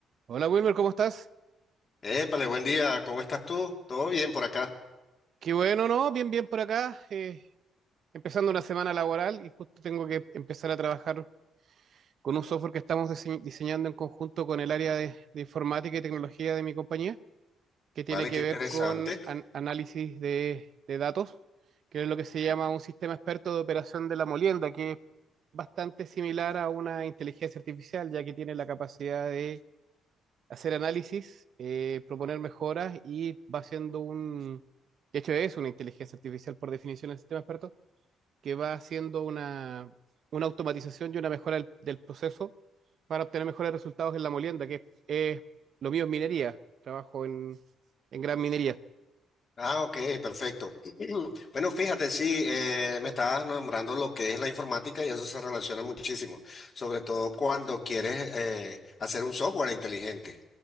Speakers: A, on the right (about 60°); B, on the left (about 45°).
A: Hola Wilmer, ¿cómo estás?
B: Épale, buen día, ¿cómo estás tú? ¿Todo bien por acá?
A: Qué bueno, ¿no? Bien, bien por acá. eh, empezando una semana laboral y justo tengo que empezar a trabajar con un software que estamos dise- diseñando en conjunto con el área de, de informática y tecnología de mi compañía, que tiene
B: Vale,
A: que
B: qué interesante.
A: ver con an- análisis de, de datos, que es lo que se llama un sistema experto de operación de la molienda, que es bastante similar a una inteligencia artificial, ya que tiene la capacidad de hacer análisis, eh, proponer mejoras y va haciendo un, de hecho es una inteligencia artificial por definición del sistema experto, que va haciendo una, una automatización y una mejora del, del proceso para obtener mejores resultados en la molienda, que es, lo mío es minería, trabajo en, en gran minería.
B: Ah, ok, perfecto. <clears throat> Bueno, fíjate, sí, eh, me estabas nombrando lo que es la informática y eso se relaciona muchísimo, sobre todo cuando quieres eh, hacer un software inteligente,